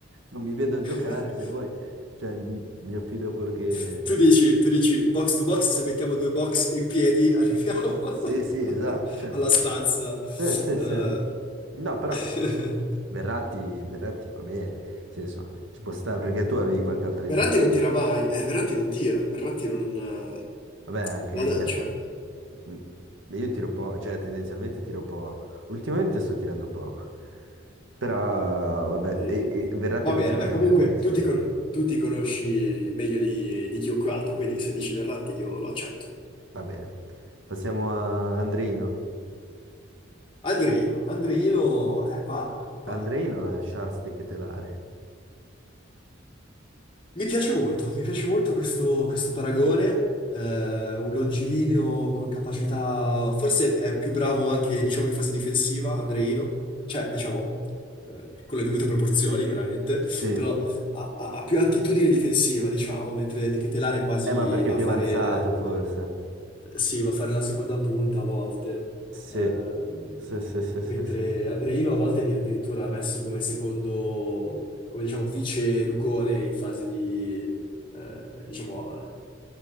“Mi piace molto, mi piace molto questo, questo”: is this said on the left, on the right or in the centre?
Left